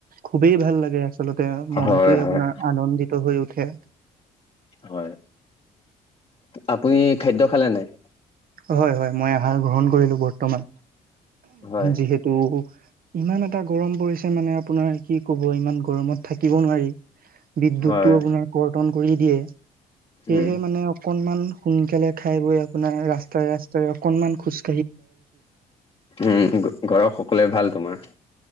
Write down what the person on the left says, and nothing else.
হয় হয়।
হয় আপুনি খাদ্য খালে নাই?
হয়
হয়
উম
উম ঘৰৰ সকলোৱে ভাল তোমাৰ?